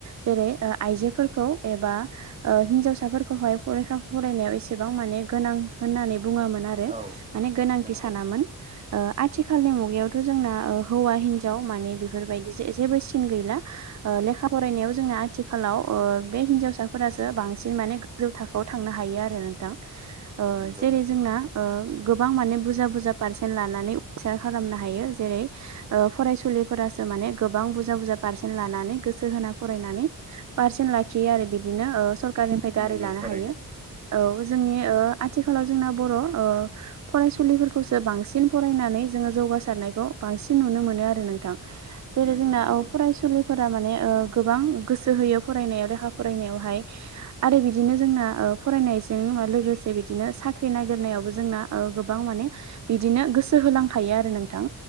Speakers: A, on the right; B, on the right.
A: जेरै ओ आइजोफोरखौ एबा ओ हिनजाव साफोरखौहाय फरेका फरायनायाव एसेबां माने गोनां होननानै बुङामोन आरो
B: औ
A: माने गोनां
B: नंगौ
A: साननामोन आथिखालनि मुगायावथ' जोंना हौ माने बेफोरबादि जेबो सिन गैला ओ लेखा फरायनाय जोंना आथिालाव ओ बे हिन्जाव फासो बांसिन माने गोजौ थाखोआव थांनो हायो आरो नोंथां ओ
B: नंगौ
A: जेरै
B: नंगौ
A: जोंना ओ गोबां माने बुरजा बुरजा पारसेन् लानानै उसार खालामनो हायो जेरै फरायसुलि फोरासो माने गोबां बुरजा बुरजा फार्सेन लानानै गोसो होना फरायनानै फार्सेन लाखियो आरो बिदिनो ओ सरकारनिफ्राय गारि
B: नंगौ
A: लानो
B: थारैनो
A: हायो औ जोंनि ओ आथिखालाव जोंना बर' ओ फरायसुलिफोरखौसो बांसिन फरायनानै जोंडो जौ गासारनायखौ बांसिन नुनो मोनो आरो नोंथां। जेरै
B: नंगौ
A: जोंना
B: नंगौ
A: ओ फरायसुलिफोरा ओ माने गोबां गोसो होयो फरायनायाव लेखा फरायनायाव ओमफाय आरो बिदिनो जोंना ओ फरायनायजों लोगोसे बिदिनो साख्रि नागिरनायावबो जोंना ओ गोबां माने बिदिनो गोसो होलांखायो आरो नोंथां